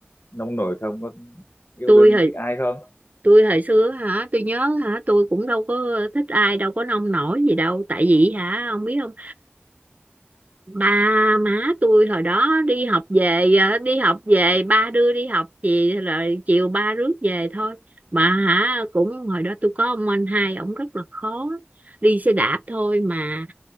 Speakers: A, on the left; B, on the right.
A: nông nổi không có yêu
B: tôi
A: đương
B: hồi
A: thích ai không
B: tôi hồi xưa hả tôi nhớ hả tôi cũng đâu có thích ai đâu có nông nổi gì đâu tại vì hả ông biết không ba má tôi hồi đó đi học về ờ, đi học về ba đưa đi học gì rồi chiều ba rước về thôi mà hả cũng hồi đó tôi có ông anh hai ổng rất là khó đi xe đạp thôi mà